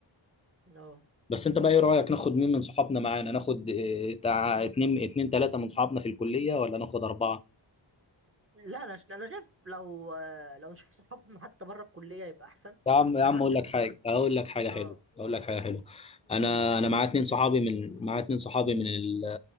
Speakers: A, on the right; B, on the left.
A: اه
B: بس انت بقى ايه رأيك ناخد مين من صحابنا معانا ناخد آه، بتاع اتنين اتنين تلاتة من صحابنا في الكلية ولا ناخد أربعة
A: لا انا ش... انا شايف لو لو نشوف صحابنا حتى بره الكلية يبقى احسن
B: يا عم يا عم
A: نحاول
B: اقول
A: نفصل
B: لك حاجه اقول لك حاجه
A: اه
B: حلوه اقول لك حاجه حلوه انا
A: قول
B: انا معايا اتنين صحابي من معايا اتنين صحابي من ال...